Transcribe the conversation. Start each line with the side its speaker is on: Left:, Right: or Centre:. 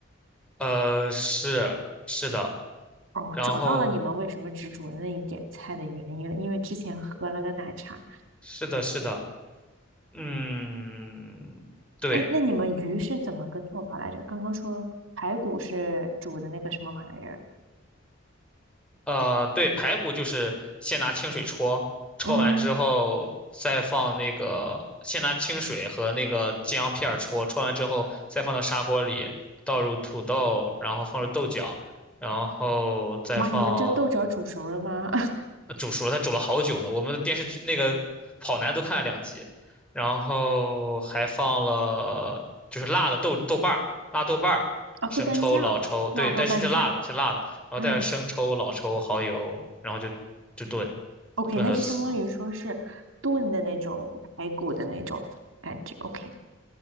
Centre: 呃，是是的，
Right: 哦，
Centre: 然后
Right: 找到了你们为什么只煮那一点菜的原因了，因为之前喝了个奶茶。
Centre: 是的是的，嗯，对，
Right: 哎，那你们鱼是怎么个做法来着？刚刚说排骨是煮的那个什么玩意儿？
Centre: 呃，对，排骨就是先拿清水焯，焯完之后再放那个，
Right: 嗯，
Centre: 先拿清水和那个姜片儿焯，焯完之后再放到砂锅里，倒入土豆，然后放入豆角，然后再放
Right: 哇，你们这豆角煮熟了吗？<laughs>
Centre: 呃煮熟了，它煮了好久呢。我们的电视剧那个跑男都看了两集，然后还放了就是辣的豆豆瓣儿、辣豆瓣儿、
Right: 啊，
Centre: 生抽、
Right: 豆瓣酱，
Centre: 老抽，对，
Right: 辣豆瓣酱。
Centre: 但是是辣的，是辣的，然后带着生抽、
Right: 嗯
Centre: 老抽、蚝油，然后就就炖
Right: ，OK，
Centre: 炖了死，
Right: 那就相当于说是炖的那种排骨的那种感觉。OK，